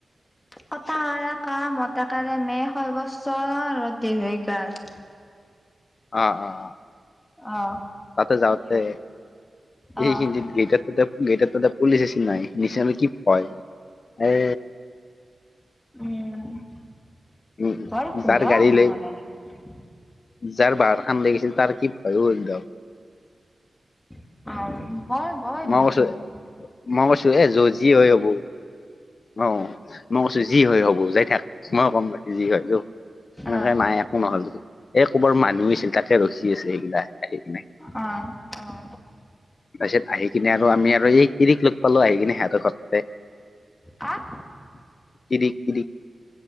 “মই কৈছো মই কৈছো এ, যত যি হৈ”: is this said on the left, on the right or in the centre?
Left